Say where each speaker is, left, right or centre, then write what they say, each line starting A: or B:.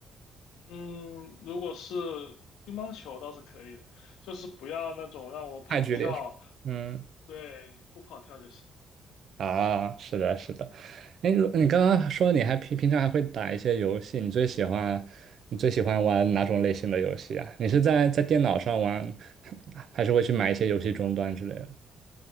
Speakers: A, on the left (about 85°); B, on the right (about 60°).
A: 嗯，如果是乒乓球倒是可以的，就是不要那种让我跑跳，
B: 太剧烈是吗？嗯
A: 对，不跑跳就行。
B: 啊，是的，是的。哎，如你刚刚说你还平平常还会打一些游戏，你最喜欢你最喜欢玩哪种类型的游戏啊？你是在在电脑上玩，还是会去买一些游戏终端之类的？